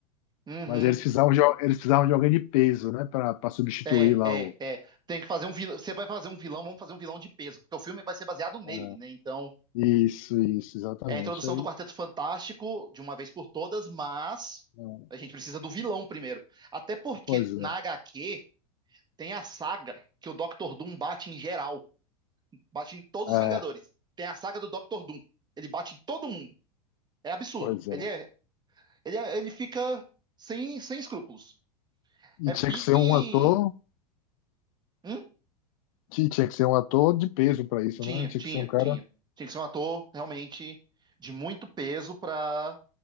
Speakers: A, on the right; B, on the left.
A: Uhum.
B: Mas eles precisavam de, eles precisavam de alguém de peso, né? Pra, pra substituir
A: É,
B: lá
A: é,
B: o.
A: é. Tem que fazer um vilão. Você vai fazer um vilão, vamos fazer um vilão de peso, porque o filme vai ser baseado nele,
B: É,
A: né? Então.
B: Isso, isso, exatamente.
A: É a introdução
B: Aí,
A: do Quarteto Fantástico, de uma vez por todas, mas
B: é,
A: a gente precisa do vilão primeiro. Até porque
B: pois é.
A: na HQ tem a saga que o Dr. Doom bate em geral, bate em todos
B: É,
A: os Vingadores. Tem a saga do Dr. Doom. Ele bate em todo mundo. É absurdo.
B: pois
A: Ele
B: é.
A: é, ele é- ele fica sem, sem escrúpulos.
B: E
A: É
B: tinha
A: pique.
B: que ser um ator,
A: Hum?
B: que tinha que ser um ator de peso pra isso,
A: Tinha,
B: né? Tinha
A: tinha,
B: que ser um cara.
A: tinha. Tinha que ser um ator realmente de muito peso pra